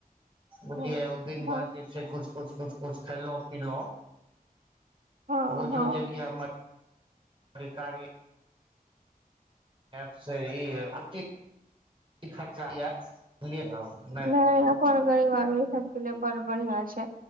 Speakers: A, on the right (about 35°); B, on the right (about 65°).
A: बुझलियै
B: हँ
A: ओ दिन भर जे छै कुछ कुछ कुछ कुछ खेलौं पिलौं
B: हँ
A: बुझियौ
B: हँ
A: जे की हमर अधिकारी ऐप सही अछी उचित इ खर्चा रूपया। <unintelligible> बोलिये बम <unintelligible>
B: नै अपन गरीब आदमी सबके लिए बड़ बढ़ियां छै